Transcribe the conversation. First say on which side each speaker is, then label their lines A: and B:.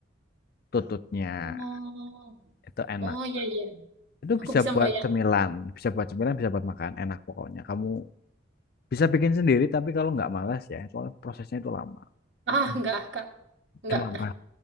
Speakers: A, on the left; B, on the right.
A: tututnya.
B: Oh,
A: Itu enak.
B: oh iya iya.
A: Itu
B: Aku
A: bisa
B: bisa
A: buat
B: bayangin.
A: cemilan, bisa buat cemilan, bisa buat makan. Enak pokoknya. Kamu bisa bikin sendiri, tapi kalau nggak malas ya, soalnya prosesnya itu lama.
B: Ah, enggak, Kak. Enggak.
A: Kenapa?